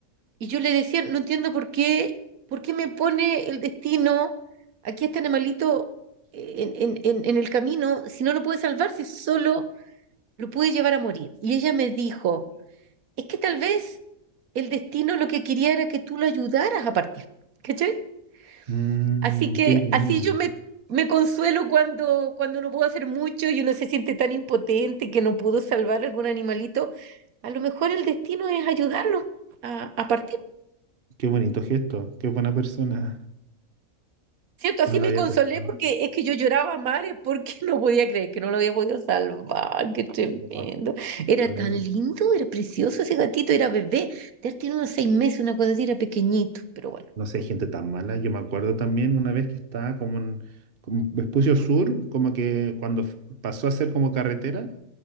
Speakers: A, on the right; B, on the right.
A: y yo le decía, no entiendo por qué, por qué me pone el destino aquí a este animalito eh, en, en, en, en el camino si no lo puede salvar, si solo lo puede llevar a morir. Y ella me dijo, es que tal vez el destino lo que quería era que tú lo ayudaras a partir. ¿Cachai?
B: Mm,
A: Así que
B: qué lindo.
A: así yo me, me consuelo cuando, cuando no puedo hacer mucho y uno se siente tan impotente que no pudo salvar algún animalito. A lo mejor el destino es ayudarlo a, a partir.
B: Qué bonito gesto. Qué buena persona.
A: ¿Cierto? Así
B: No lo
A: me
B: había
A: consolé
B: pensado.
A: porque es que yo lloraba a mares porque <laughs> no podía creer que no lo había podido salvar. Qué tremendo.
B: Yo me ac-
A: Era
B: también,
A: tan lindo, era precioso ese gatito, era bebé. Ya tiene unos seis meses, una cosa así, era pequeñito, pero bueno.
B: no sé, hay gente tan mala. Yo me acuerdo también una vez que estaba como en como Vespucio Sur, como que cuando f- pasó a ser como carretera,